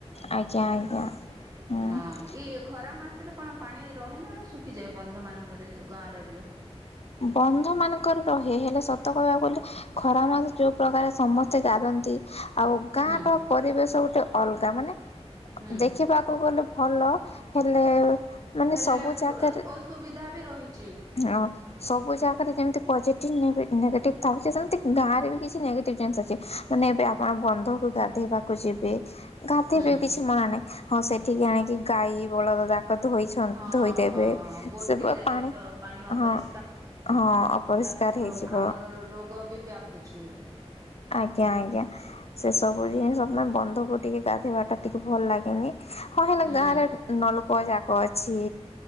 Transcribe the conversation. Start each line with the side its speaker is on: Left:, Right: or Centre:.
Left: ଆଜ୍ଞା ଆଜ୍ଞା। ହୁଁ
Right: ହଁ ଏଇ ଖରା ମାସରେ କଣ ପାଣି ରହେ ନା ଶୁଖିଯାଏ ବନ୍ଧ ମାନଙ୍କରେ ଯଉଁ ଗାଁରେ
Left: ବନ୍ଧ ମାନଙ୍କର ରହ ହେ ହେଲେ ସତ କହିବାକୁ ଗଲେ ଖରା ମାସ ଯୋଉ ପ୍ରଜାର ସମସ୍ତେ ଗାଧନ୍ତି ଆଉ ଗାଁର
Right: ହୁଁ।
Left: ପରିବେଶ ଗୋଟେ ଅଲଗା ମାନେ
Right: ହୁଁ
Left: ଦେଖିବାକୁ ଗଲେ ଭଲ ହେଲେ ମାନେ
Right: ହେଲେ
Left: ସବୁ ଜାଗାରେ
Right: ଅସୁବିଧା ବି ରହିଛି
Left: ହଁ ସବୁଜା ରେ ଯେମିତି ପଜିଟିଭ ନେଗେଟିଭ୍ ଥାଉଛି ସେମିତି ଗାଁରେ ବି କିଛି ନେଗେଟିଭ ଜନ୍ସ ଅଛି। ମାନେ ଏବେ ଆପଣ ବନ୍ଧକୁ ଗାଧେଇବାକୁ ଯିବେ। ଘାଧ
Right: ହୁଁ
Left: ବି କିଛି ମଣା ନାହିଁ। ହଁ ସେଠିକି ଆଣିକି ଗାଈ ବଳଦଦା। ଧୋଇ
Right: ହଁ
Left: ଧୋଇଦେବେ
Right: ହଁ ହଁ ଗୋଟେ
Left: ସେ
Right: ଜାଗାରେ
Left: ପାଣି
Right: ତ ପାଣି ଅପରିଷ୍କାର
Left: ହଁ ହଁ ଅପରିଷ୍କାର ହେଇଯିବ।
Right: ଆମର ରୋଗ ବି ବ୍ୟାପୁଛି। ହ
Left: ଆଜ୍ଞା ଆଜ୍ଞା ସେ ସବୁ ଜିନଷେ ବ ଧକୁ ଟିକେ ଗାଧୋଇବାଟା ଟିକେ ଭଲ ଲାଗେନି। ହଁ ହେଲା
Right: ହୁଁ
Left: ଗାଁ ରେ ନଲକ ଯା ଗଛି।